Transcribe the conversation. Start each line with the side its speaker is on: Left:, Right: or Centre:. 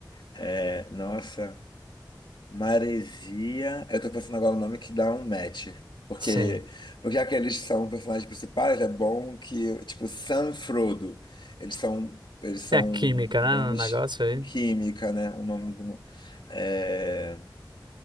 Left: é, nossa, Maresia. Eu tô pensando agora o nome que dá um match. Porque,
Right: Sim.
Left: porque já que eles são personagens principais, é bom que, tipo, Sam e Frodo, eles são, eles são
Right: Tem a química, né,
Left: nomes
Right: no negócio aí.
Left: em química, né? O nome do. É...